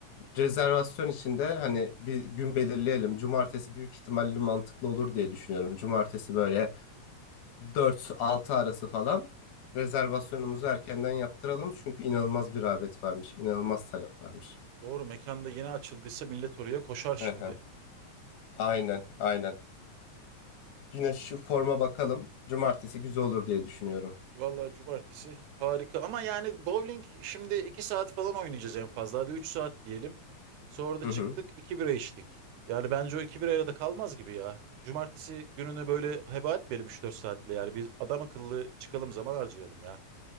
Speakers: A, on the left; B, on the right.
A: Rezervasyon için de hani bir gün belirleyelim. Cumartesi büyük ihtimalle mantıklı olur diye düşünüyorum. Cumartesi böyle Dört-altı arası falan rezervasyonumuzu erkenden yaptıralım. Çünkü inanılmaz bir rağbet varmış. inanılmaz talep varmış.
B: Doğru mekanda yeni açıldıysa millet oraya koşar şimdi.
A: Aha, aynen aynen. Yine şu forma bakalım. Cumartesi güzel olur diye düşünüyorum.
B: Vallahi cumartesi harika ama yani bowling şimdi 2 saat falan oynayacağız en fazla hadi 3 saat diyelim. Sonra da
A: Hı
B: çıktık
A: hı.
B: 2 bira içtik. Yani bence o 2 birayla da kalmaz gibi ya. Cumartesi gününü böyle heba etmeyelim üç dört saatle yani biz adam akıllı çıkalım zaman harcayalım ya.